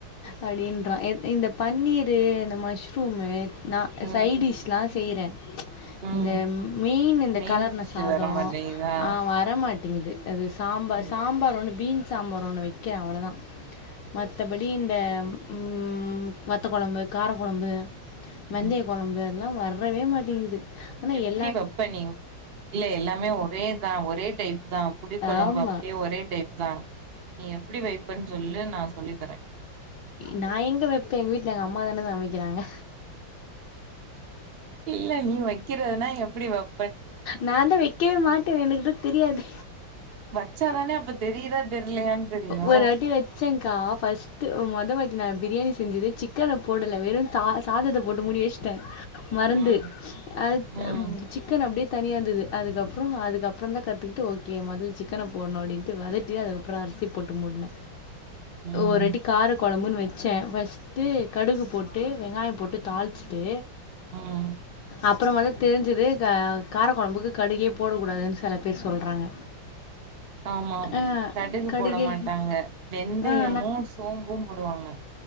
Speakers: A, on the left; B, on the right.
A: அப்படின்றா எ இந்த பன்னீரு இந்த மஷ்ரூமு நா
B: ம்
A: சைடிஷ்லா செய்றே
B: ம்
A: இந்த மெய்ன் இந்த
B: மெயின்
A: கலர்ன
B: டிஷ்
A: சாதோ
B: வர மாட்டேங்குதா
A: ஆ வரமாட் டிங்குது அது சாம்பார்
B: ம்
A: சாம்பார் ஒன்னு பீன் சாம்பார் ஒன்னு வெக்க அவ்ளோதா மத்தபடி இந்த ம் ம் வத்த கொழம்பு கார கொழம்பு
B: ம்
A: வெந்தய கொழம்பு அதுலா வர வரவே மாடிங்குது அனா எ
B: எப்பிடி வெப்ப நீ இல்ல எல்லாமே ஒரே தா ஒரே டைப்தா புளி கொழம்பு
A: ஆமாம்
B: அப்டியே ஒரே டைப் தா நீ எப்பிடி வைப்பன் சொல்லு நா சொல்லி தரே
A: நா எங்க வெப்பே எங்க வீட்ல எங்கம்மாதான சமைக்கறாங்க
B: இல்ல நீ வெக்கிறதுனா எப்பிடி வெப்
A: நாந்தா வெக்கவே மாட்டேனே எனக்குதா தெரியாது
B: வச்சாதானே அப்ப தெரியுதா தெரியலையான்னு தெரியு
A: ஒரு வாட்டி வெச்சேங்க்கா ஃபஸ்டு மொத வாட்டி நா பிரியாணி செஞ்சதே சிக்கன போடல வெறு தா சாதத்த போட்டு மூடி வெச்ட்டே மறந்து
B: ம்
A: அது
B: ம்
A: அ சி அப்டியே தனியா இருந்துது அதுக்கப்றோ அதுக்கப்றந்தா கத்துகுட்டு ஓகே முதல் சிக்கன போடணு அப்டின்ட்டு வதட்டி அதுக்கப்றோ அரிசி போட்டு மூடுன
B: ம்
A: ஒரு வாட்டி கார கொழம்புன் வெச் வெச்சே வச்ட்டு கடுகு போட்டு வெங்காயொ போட்டு தாளிச்சுட்டு
B: ம்
A: அப்பறமாதா தெரிஞ்சுது க காரகொழம்புக்கு கடுகே போட கூடாதுன் சில பேர் சொல்றாங்க
B: ஆமா
A: ஆ
B: கடுகு
A: கடுகே
B: போட மாட்டாங்க வெந்தயமு
A: ஆ
B: சோம்பு போடுவாங்க